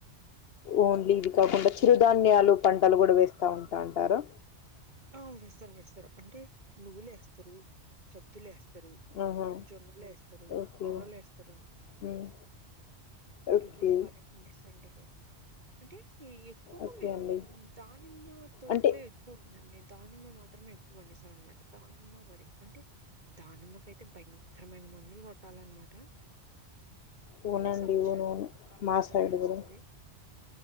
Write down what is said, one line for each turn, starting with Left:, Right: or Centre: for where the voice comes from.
Left: ఓన్లీ ఇవి కాకుండా చిరుధాన్యాలు పంటలు కూడా వేస్తా ఉంటా అంటారు
Right: ఆ వేస్తారు వేస్తారు అంటే నువ్వులే వేస్తారు సద్దులే వేస్తారు స్తారు
Left: ఆహా
Right: జొన్నలు వేస్తారు
Left: ఓకే
Right: కుర్రలు వేస్తారు
Left: హ్మ్. ఓకే
Right: ఇవి కూడా పానీ పండిస్తుంటారు అంటే ఎక్కువగా
Left: ఓకే
Right: మేము
Left: అండి
Right: దానిమ్మ తోటలే
Left: అంటే
Right: ఎక్కువ ఉంట దానిమ్మ మాత్రమే ఎక్కువ పండిస్తాం అనమాట దానిమ్మ వరి అంటే దానమ్మకయితే భయంకరమైన మందులు కొట్టాలన్నమాట
Left: అవునండి
Right: ఉండే సంవత్సరానికి
Left: అవునవును
Right: ఒకక్క కాప్
Left: మా
Right: మాత్రమే
Left: సైడ్
Right: వస్తుంది
Left: కూడా